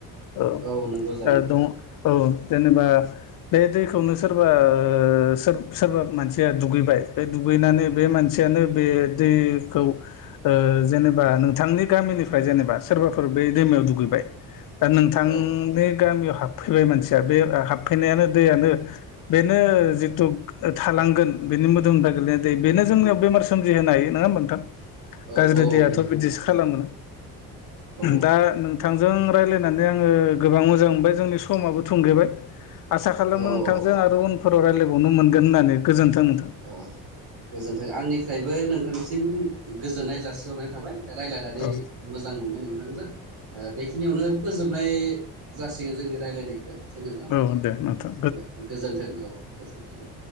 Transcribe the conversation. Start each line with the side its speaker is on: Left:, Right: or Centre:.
Left: ओ
Right: औ नंगौ जायो
Left: आरो
Right: नंगौ
Left: दं औ जेनेबा बे दैखौनो सोरबा--ओ सो-सोरबा मानसिया दुगैबाय बे दुगै नानै बे मानसियानो बे दै-खौ ओ जेनेबा नों थांनि गामिनिफ्राय जेनेबा सोरबाफोर बे दैमायाव दुगैबाय दा नोंथांनि
Right: औ
Left: गामियाव हाब फैबाय मानसिया बे हाबफैनायानो दैयानो बेनो जितु ओ थालांगोन बे नि मोदोमनिफ्राय गोलैनाय दै
Right: औ
Left: बेनो जोंनियाव बेमार सोमजि होनो हायो नङा होनबा नोंथां?
Right: औ
Left: गाज्रि
Right: औ
Left: दैयाथ'
Right: नंगौ
Left: बिदिसो
Right: नोंथां
Left: खा खालामो
Right: औ
Left: दा नोंथां जों रायलायनानै आङो गोबां मोजां मोनबाय जोंनि समाबो थुंगेबाय आसा खालामो
Right: औ
Left: नोंथांजों
Right: औ
Left: आरो उनफोराव रायलायबावनो मोनगोन होननानै गोजोन्थों नोंथां
Right: अओ गोजोन्थों आंनिफ्रायबो नोंथांनिसिम गोजोननाय जासिहरनाय थाबाय रायलायनानै
Left: औ
Right: मोजां मोनबाय नोंथांजों ओ बेखिनियावनो फोजोब नाय जासिगोन जोंनि रायलायनायखो जेनेबा
Left: औ औ दे नोंथां
Right: दे गोजोन्थों औ गोजोनथों